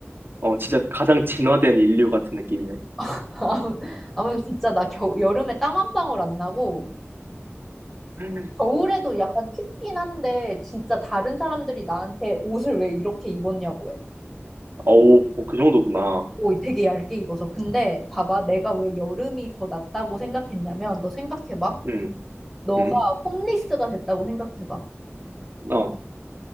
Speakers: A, on the right; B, in the centre.
A: 어, 진짜 가장 진화된 인류 같은 느낌이네.
B: <laughs> 아무 아무 진짜 나 겨 여름에 땀 한 방울 안 나고
A: <laughs>
B: 겨울에도 약간 춥긴 한데 진짜 다른 사람들이 나한테 옷을 왜 이렇게 입었냐고 해.
A: 어우, 어, 그 정도구나.
B: 오, 되게 얇게 입어서. 근데 봐봐, 내가 왜 여름이 더 낫다고 생각했냐면 너 생각해봐.
A: 응,
B: 너가
A: 응,
B: 홈리스가 됐다고 생각해봐.
A: 어.